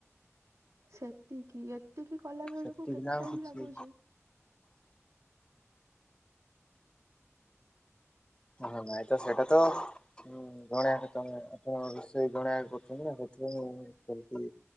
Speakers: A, on the right; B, on the left.
A: ସେତିକି ଏତିକି କଲା ବେଳକୁ
B: ସେତିକି
A: କେତେ
B: ନା ଆଉ
A: ଟାଇମ
B: କିଛି
A: ଲାଗୁଚି।
B: ହଁ ନାଇଁ ତ ସେଇଟା ତ ହୁଁ ଜଣେଆକା ତମେ ଆପଣ ରୋଷେଇ ଜଣେଆକା କରୁଛନ୍ତି ନା ସେଥିଇଁ ମୁଁ କରିକି